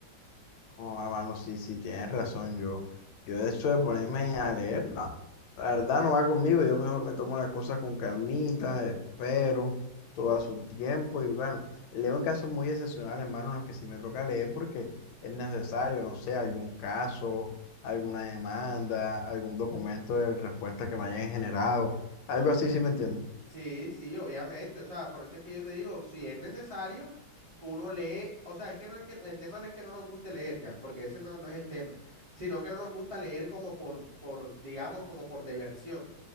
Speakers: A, on the left; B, on the right.
A: oh a mano, sí, sí, tienes razón. Yo, yo de eso de ponerme a leer, no. La verdad no va conmigo. Yo mejor me tomo las cosas con calmita, espero todo a su tiempo. Y bueno, leo en casos muy excepcionales, hermano, en los que sí me toca leer porque es necesario, no sé, algún caso, alguna demanda, algún documento de respuesta que me hayan generado. Algo así, sí me entiendes.
B: Sí, sí, obviamente. O sea, por eso es que yo te digo, si es necesario, uno lee. O sea, es que no es que el tema no es que no nos guste leer ya, porque ese no, no es el tema, sino que no nos gusta leer como por, por, digamos, como por diversión.